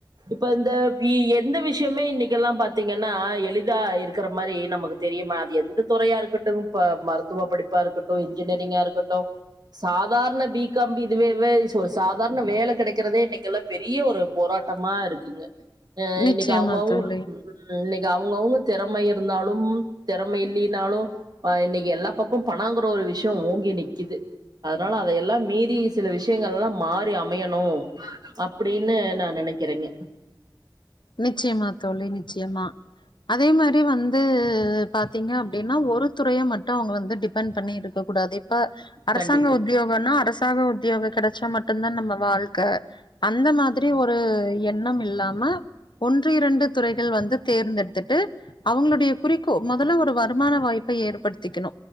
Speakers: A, on the right; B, on the left.
A: இப்ப இந்த வி எந்த விஷயமே இன்னிக்கெல்லா பாத்தீங்கன்னா எளிதா இருக் கற மாரி நமக்கு தெரியுமா அது எந்த தொறையாருக்கட்டு ப்ப மறுக் த்துவ படிப்பா இருக்கட்டு இந் இன்ஜினியரிங்கா இருக்கட்டு சாதாரண பிகாம் இதுவே சாதாரண வேல கெடைக் க்கறதே இன்னிக்கு எல்லா பெரிய ஒரு போராட்டமா இருக்குங்க எ
B: நிச்சயமா
A: இன்னைக்கு அவுங்கவுங்க
B: தோழி
A: இன்னைக் இங்க அவுங்கவுங்க திறமை இருந்தாலு திறமை இல்லைனாலு இன்னைக்கு எல்லா பக்கோ பணோங்கிற ஒரு விஷ்யோ ஓங்கி நிக்கிது அதனால அதையெல்லா மீறி சில விஷயங்கள் எல்லா மாறி அமையணு அப்டின்னு நா நனைக்கிறேங்க
B: நிச்சயமா தோழி நிச்சயமா அதே மாரி வந்து பாத்தீங்க அப்டின்னா ஒரு துறைய மட்டு அவங்க வந்து டிபெண்ட் பண்ணி இருக்க கூடாது ப அரசாங்க
A: கண்டிப்பா.
B: உத்தியோகனா அரசு சாங்க உத்தியோக கடைச்சா மட்டுதா நம்ம வாழ்க்க அந்த மாதிரி ஒரு எண்ணம் இல்லாம ம ஒன்று இரண்டு துறைகள் வந்து தேர்ந்தெடுத்துட்டு அவங்க குறிக்கோ முதல்ல ஒரு வ தரமான வாய்ப்பை ஏற்படுத்திக்கணு